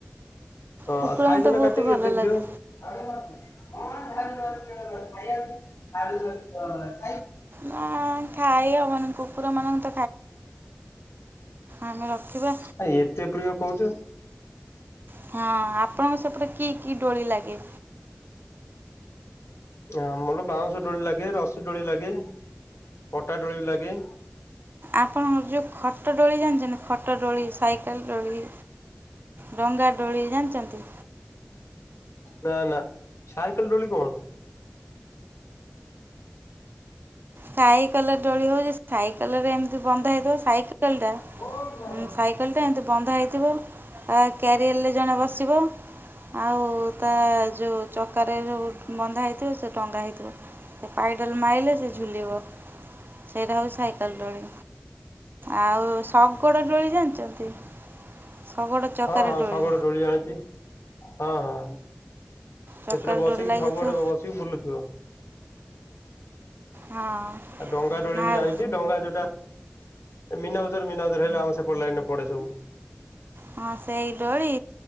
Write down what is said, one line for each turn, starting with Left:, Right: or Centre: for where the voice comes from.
Left: ହଁ
Right: କୁକୁର
Left: ଆଉ ଖାଇଦେ
Right: ମୋତେ
Left: ନା
Right: ବହୁତ
Left: କାଟିକି
Right: ଭଲ
Left: ଏତେ ପ୍ରିୟ।
Right: ଲାଗେ
Left: <unintelligible>
Right: ନା ଖାଇ ଆ ମାନେ କୁକୁର ମାନଙ୍କ ଆମେ ରଖିବା
Left: ଆ ଏତେ ପ୍ରିୟ କହୁଛ
Right: ହଁ ଆପଣଙ୍କ ସପଟରେ କି କି ଡୋଳି ଲାଗେ?
Left: ହ ମୋର ବାରଶହ ଡୋଳି ଲାଗେ ରଶ ଡୋଳି ଲାଗେ ପଟା ଡୋଳି ବି ଲାଗେ।
Right: ଆପଣଙ୍କ ଯୋଉ ଖଟ ଡୋଳି ଜାଣିଛନ୍ତି ଖଟ ଡୋଳି ସାଇକେଲ ଡୋଳି। ଡଙ୍ଗା ଡୋଳି ଜାଣିଛନ୍ତି?
Left: ନା ନା ସାଇକଲ ଡୋଳି କଣ?
Right: ଖାଇ କଲ ଡଳି ହଉଛି ସାଇ ଲରେ ଏମିତି ବନ୍ଦ ହେଇଥିବ ସାଇ ସାଇକେଲ
Left: ହଁ ହଁ
Right: ଟା ଏମତି ବନ୍ଧ ହେଇଥିବ କ୍ୟାରିଅରରେ ଜଣେ ବସିବ। ଆଉ ତା ଯୋଉ ଚକାରେ ଯୋଉ ବନ୍ଧା ହେଇଥିବ ସେ ଟନଗା ହେଇଥିବ ସେ ପାଇଡାଲ ମାଇଲେ ସେ <unintelligible> ଲିବ ସେଇଟା ହଉଛି ସାଇକେଲ ଦୋଳି ଆଉ ସ କୋଡଡୋଳି ଜାଣିଛନ୍ତି? ଶଗଡ଼ ଚକାରେ
Left: ହଁ ହଁ
Right: ଡୋଳି
Left: ଶଗଡ ଦୋଳି ଆଣିଛି ହଁ ହଁ।
Right: ଚକାରେ
Left: ସେଥିରେ ବସିକି
Right: ଡୋଳି ଲାଗିଥିବ
Left: ସବୁଆଡେ ବସିକି ବୁଲୁଥିବ।
Right: ହଁ
Left: ଡଙ୍ଗା ଡୋଳି
Right: ଆଉ
Left: ବି ଜାଣିଛି ଡଙ୍ଗା ଯୋଉଟା ଏ ମିନାବଜର ମିନାଜର ହେଲା ଆଉ ସେପଟ ଲାଇନ ରେ ପଡେ ସବୁ
Right: ହଁ ସେଇ ଡୋଳି